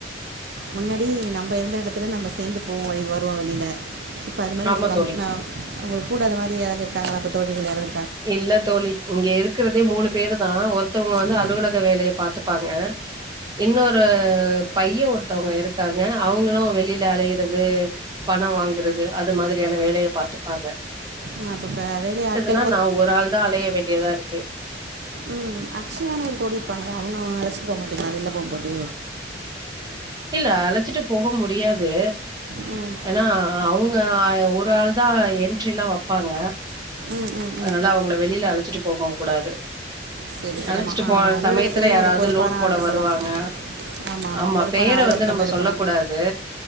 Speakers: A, on the right (about 70°); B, on the right (about 20°).
A: முன்னாடி நம்ப இருந்த எடத்துல நம்ப சேந்து போவோ வழி வருவோ வெளியில இப்போ அது மாரி
B: ஆமா
A: உங்கள் கம்
B: தோழி
A: ம உங்கள் கூட அந்த மாரி யாராவது இருக்காங்களா இப்போ தோழிகள் யாராது
B: இல்ல தோழி இங்க இருக்கிறதே மூணு பேருதா ஒருத் தங்க வந்து
A: ம்
B: அலுவலக வேலைய பாத்துப்பாங்க இன்னொரு பைய ஒருத் ஒருத்தவங்க இருக்காங்க அவங்களும் வெளியில அலையிற து பணம் வாங்குறது அது மாதிரியான வேலைய பாத்துப்பாங்க
A: ஆ அப்பப்ப வேலையாட்கள்
B: னா நா ஒரு ஆள் தா அலைய வேண்டியதா இருக்கு
A: ம் அக்ஷயான்னு ஒரு தோழி இருப்பாங்களே அவங்கவுங்க அழைச்சிட்டு போக மாட்டீங்களா வெளில போகும்போது
B: இல்ல அழைச்சிட்டு போக முடியாது
A: ம்
B: ஏன்னா அவங்க ஒரு ஆள் தா என்ட்ரிலா வப்பாங்க
A: ம் ம்
B: லா அவங்கள வெளில அழைச்சிட்டு போகவுங் கூடாது
A: சரி சரி
B: அழைச்சிட்டு
A: ஆமாம்
B: போற
A: அலுவலகத்துலேயும்
B: சமயத்துல யாராவது
A: ஒரு பொறுப்பான
B: லோடு
A: ஆள்
B: போட
A: இருக்கணும்
B: வருவாங்க
A: ஆமாம் ஆமாம்
B: ஆம்மா
A: பொறுப்பான
B: பெயர
A: ஆள் ஒருத்தவங்க
B: வந்து நம்ம
A: இருக்கணும்
B: சொல்ல கூடாது